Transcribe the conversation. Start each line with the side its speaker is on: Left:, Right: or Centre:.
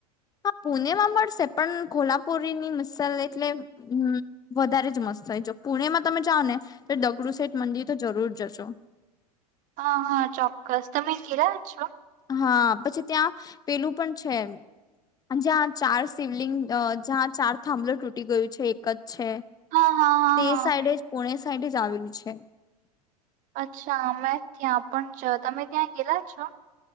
Left: હા પુણે માં મળશે પણ કોલ્હાપુરી ની મસાાલ એટલે હ વધારે જ મસ્ત થ પુણેમાં તમે જાાવ ને તો દગડું સાઠ મંદિર તો જરૂર જશો
Right: હા હા ચોક્કસ તમે ઘરા છો
Left: હા પછી ત્યાં પેલું પણ છે જ્યાં ચાર શિવલિંગ જ્યાં ચાર થાંભલો તૂટી ગયું છે એક જ છે
Right: હા હા હા
Left: તે
Right: હા
Left: સાઈડે જ પોુણે સાઈડ જ આવેલું છે
Right: અચ્છા મેમે ત્યાં પણ જ તમે ત્યાં ગેલા છો